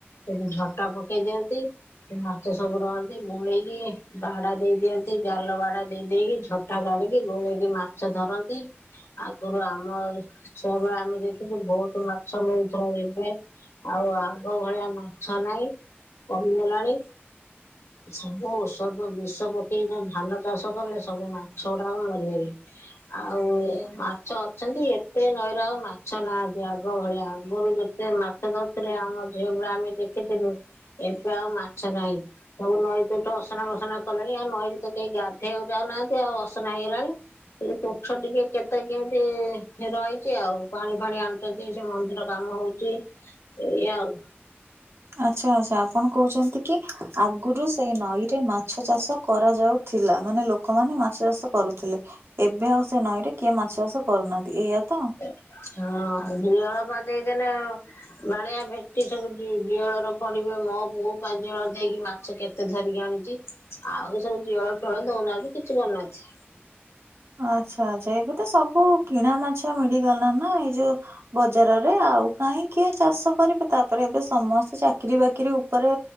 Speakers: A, on the left; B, on the right.
A: ସେଠି ଝଟା ପକେଇଦିଅନ୍ତି। <unintelligible> ମାଛ ସବୁ ରହନ୍ତି। ବୁଳେଇକି ବାହାଡା ଦେଇଦିଅନ୍ତି। ଜାଲ ବାଡା ଦେଇ ଦେଇକି ଝ <unintelligible> ଗୋଳେଇକି ମାଛ ଧରନ୍ତି। ଆଗରୁ ଆମ ଛୁଆବେଳେ ଆମେ ଦେଖୁଚୁ ବହୁତ୍ ମାଛ <unintelligible> ହୁଏ। ଆଉ ଆଗ ଭଳିଆ ମାଛ ନାଇଁ, କମିଗଲାଣି। ସବୁ ଔଷଧ ବିଷ ପକେଇ ଯଉ ଧାନ ଚାଷ କଲେ ସବୁ ମାଛ ଗୁଡା ମରିଗଲେ। ଆଉ ଏ ମାଛ ଅଛନ୍ତି। ଏତେ ନଈର ଆଉ ମାଛ ନାହାନ୍ତି ଆଗ ଭଳିଆ ଆଗରୁ ଯେ ସେ ମାଛ ଧଉଥିଲେ ଆମ ଝିଅଗୁଡା ଆମେ ଦେଖିଥିନୁ। ଏବେ ଆଉ ମାଛ ନାହିଁ। ସବୁ ନଈ ତୁଠ ଅସନାମସନା କଲେଣି ଆଉ ନଈରେ ତ କେହି ଗାଧେଇବାକୁ ଯାଉନାହାନ୍ତି ଆଉ ଅସନା ହେଇଗଲାଣି। ଏଇ ତୁଠ ଟିକେ କେତେ କେମିତି ରହିଚି ଆଉ ପାଣିଫାଣି ଆଣ୍ ଚନ୍ତି, ସେ ମନ୍ଦିର କାମ ହଉଚି ଏଇଆ ଆଉ।
B: ଆଚ୍ଛା ଆଚ୍ଛା, ଆପଣ କହୁଚନ୍ତି କି ଆଗରୁ ସେଇ ନଈରେ ମାଛ ଚାଷ କରାଯାଉଥିଲା। ମାନେ ଲୋକମାନେ ମାଛ ଚାଷ କରୁଥିଲେ ଏବେ ଆଉ ସେ ନଈରେ କିଏ ମାଛ ଚାଷ କରୁନାହାନ୍ତି, ଏଇଆ ତ।
A: ହଁ। <unintelligible> ବାଳିଆ, ଭେଟି ସବୁ ଜ ଜିଅଳର ଫଡିବେ ମୋ ପୁଅ ପାଞ୍ଜଳ ଦେଇକି ମାଛ କେତେ ଧରିକି ଆଣିଚି। ଆଉ ସବୁ ଜିଅଳଫିଅଳ ଦଉନାହାନ୍ତି କିଛି କରୁନାହାନ୍ତି।
B: ଆଚ୍ଛା ଆଚ୍ଛା। ଏବେ ତ ସବୁ କିଣା ମାଛ ମିଳିଗଲା ନା ଏଇ ଯୋଉ ବଜାରରେ ଆଉ କାହିଁ କିଏ ଚାଷ କରିବେ? ତାପରେ ଏବେ ସମସ୍ତେ ଚାକିରୀବାକିରି ଉପରେ